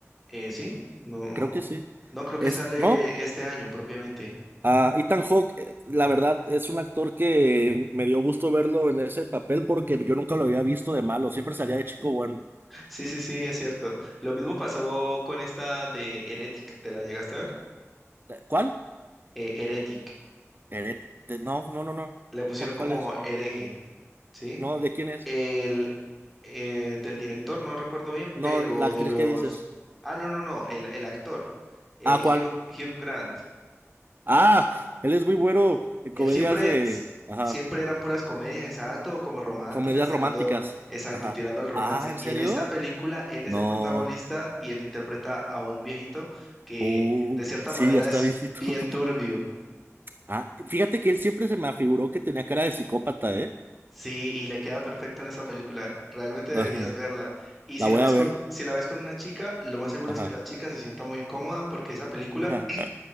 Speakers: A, in the centre; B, on the right.
A: Eh, sí, no. No
B: creo que sí.
A: No, creo que
B: Es,
A: sale
B: ¿no?
A: este año propiamente.
B: Ah, Ethan Hawke, eh, la verdad, es un actor que me dio gusto verlo en ese papel porque yo nunca lo había visto de malo, siempre salía de chico bueno.
A: Sí, sí, sí, es cierto. Lo mismo pasó con esta de Heretic, ¿te la llegaste a ver?
B: Eh, ¿Cuál?
A: Eh, Heretic,
B: Hered- de- No, no, no, no.
A: le pusieron
B: ¿Cuál, cuál
A: como
B: es?
A: hereje, ¿sí?
B: No, ¿de quién es?
A: El eh, del director, no recuerdo bien, pero
B: No, la actriz
A: de los...
B: que dices.
A: Ah, no, no, no, el, el actor, eh,
B: Ah, ¿cuál?
A: Hugh, Hugh Grant.
B: Ah, él es muy bueno en
A: Él
B: comedias
A: siempre,
B: de...
A: s-
B: Ajá,
A: siempre eran puras comedias, exacto, o como románticas,
B: comedias
A: tirando,
B: románticas.
A: exacto,
B: Ajá.
A: tirando al romance.
B: Ah, ¿en
A: Y
B: serio?
A: en esta película, él
B: No.
A: es el protagonista y él interpreta a un viejito que
B: Uh,
A: de cierta
B: sí,
A: manera
B: ya está
A: es
B: viejito.
A: bien
B: <laughs>
A: turbio.
B: Ah, fíjate que él siempre se me afiguró que tenía cara de psicópata, ¿eh?
A: Sí, y le queda perfecto en esa película. Realmente deberías
B: Ajá.
A: verla. Y
B: La
A: si
B: voy
A: la ves
B: a ver.
A: con, si la ves con una chica, lo más seguro
B: Ajá.
A: es que la chica se sienta muy incómoda porque esa película
B: <laughs> ajá.